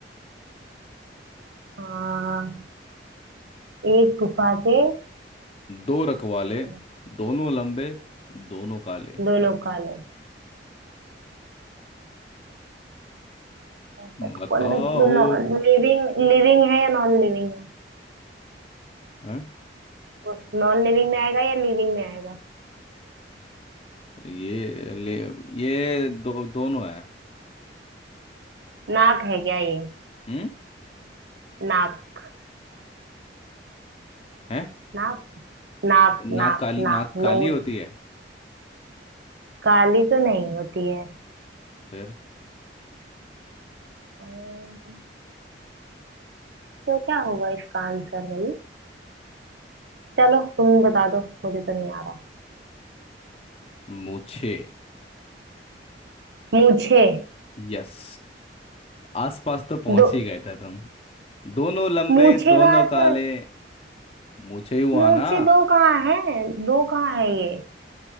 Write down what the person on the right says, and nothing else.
हाँ एक गुफा के
दो रथ-
दो लोग काले ऐसा तो
कौन Non living लिविंग है या नॉन लिविंग है
वो नॉन लिविंग में आएगा या लिविंग में आएगा
नाक है क्या ये
नाक
नाक नाक
नाक
नाक
नोज
काली तो नहीं होती है
अम्म, तो क्या होगा इसका आंसर भाई चलो तुम बता दो मुझे तो नहीं आ रहा
मूछे
दो
मूछे
कहाँ
से
मूछे
दो कहाँ है दो कहाँ है ये